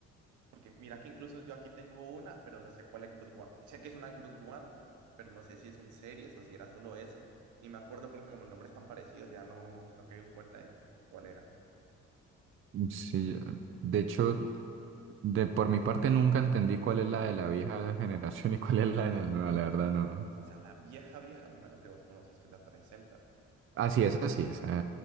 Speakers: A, on the right; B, on the right.
A: Porque mira que incluso yo aquí tengo una, pero no sé cuál Xbox One. Sé que es una Xbox One, pero no sé si es un Series o si era solo ese. Ni me acuerdo porque como el nombre es tan parecido, ya no, no caí en cuenta de cuál era.
B: Sí, de
A: O
B: hecho, de por mi parte nunca entendí cuál es la de la vieja <laughs> generación y cuál es la de la nueva, la verdad no.
A: sea, la vieja, vieja, mi hermano, que vos conoces, que es la 360.
B: Así es, así es,